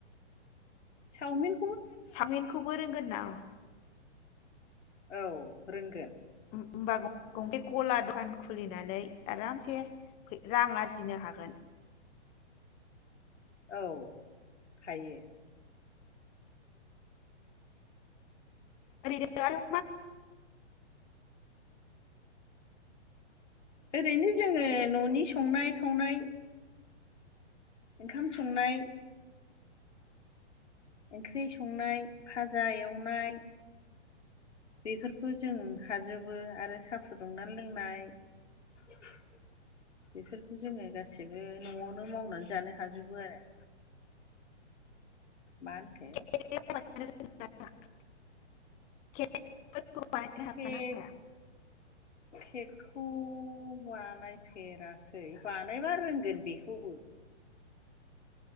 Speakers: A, on the left; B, on the left.
A: चावमिन
B: साविनखौबो रोंगोन नामा?
A: औ रोंगोन।
B: होमबा गंसे गला दखान खुलिनानै आरामसे रां आरजिनो हागोन।
A: औ थायो।
B: आरैनो <unintelligible>
A: ओरैनो जोङो ननि संनाय खावनाय ओंखाम संनाय ओंख्रि संनाय फाजा एवनाय बेफोरखौ जों हाजोबो आरो साहा फुदुंना लोंनाय बेफोरखौ जोङो गाससिबो नआवनो मावनानै जानो हाजोबो आरो। माहोनखो
B: <unintelligible>
A: केक
B: हागोन ना हाया
A: केकखौ खौ बानायफेराखै बानायबा रोंगोन बेखौबो।